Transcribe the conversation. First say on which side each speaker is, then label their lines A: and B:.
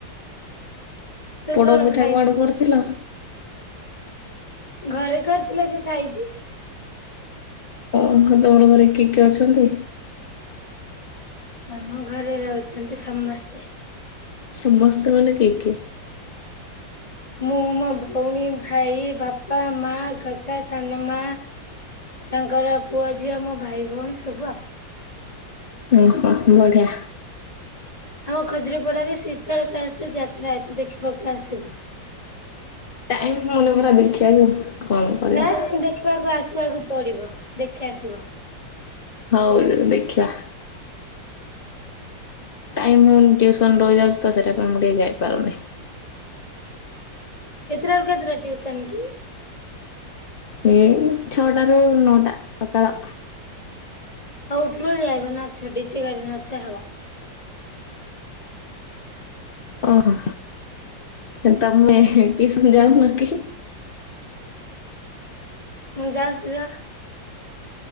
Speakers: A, on the left; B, on the left.
A: ତୁ
B: ପୋଡ
A: କଣ
B: ପିଠା
A: ଖାଇଛୁ?
B: କୁଆଡୁ କରୁଥିଲ?
A: ଘରେ କରିଥିଲେ ଯେ ଖାଇଚି।
B: ଓହୋ ତମର ଘରେ କିଏ କିଏ ଅଛନ୍ତି?
A: ଆମ ଘରେ ରହୁଚନ୍ତି ସମସ୍ତେ।
B: ସମସ୍ତେ ମାନେ କିଏ କିଏ?
A: ମୁଁ ମୋ ଭଉଣୀ ଭାଇ ବାପା ମା କାକା ସାନମାମା। ତାଙ୍କର ପୁଅ ଝିଅ ଆମ ଭାଇ ଭଉଣୀ ସବୁ ଆଉ।
B: ଓହୋ ବଢିଆ।
A: ଆମ ଖଜୁରୀପଡାରେ ଶୀତଳ ଷଷ୍ଠୀ ଯାତ୍ରା ଅଛି ଦେଖିବାକୁ ଆସିବ।
B: <unintelligible> କରିବା।
A: ନାଇ ଦେଖିବାକୁ ଆସିବାକୁ ପଡିବ ଦେଖି ଆସିବ।
B: ହୋଉ ଦେଖିବା। ଟାଇମ୍ ହୋଇନି ଟ୍ୟୁସନ ରହିଯାଉଚି ତ ସେଇଥି ପାଇଁ ମୁଁ ଟିକେ ଯାଇପାରୁନି।
A: କେତେଟା ରୁ କେତେଟା ଟିୟୁସନ କି?
B: ଏଇ ଛଅଟା ରୁ ନଅଟା ସକାଳ।
A: ଆଉ ଉପରୋଳି ଆଇବ ନାଚିବ ଡିଯେ ବାଜିବ ନଚା ହବ।
B: ଓହୋ। <unintelligible>
A: ମୁଁ ଜା ସେଇଆ